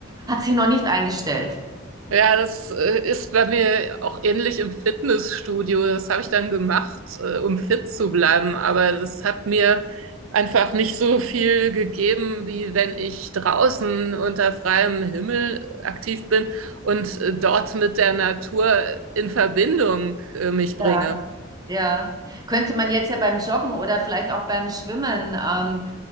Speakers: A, on the right; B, on the right.
A: hat sich noch nicht eingestellt.
B: Ja, das äh, ist bei mir auch ähnlich im Fitnessstudio. Das habe ich dann gemacht, äh, um fit zu bleiben. Aber das hat mir einfach nicht so viel gegeben, wie wenn ich draußen unter freiem Himmel aktiv bin und äh, dort mit der Natur in Verbindung äh, mich
A: Ja.
B: bringe.
A: Ja, könnte man jetzt ja beim Joggen oder vielleicht auch beim Schwimmen, ähm,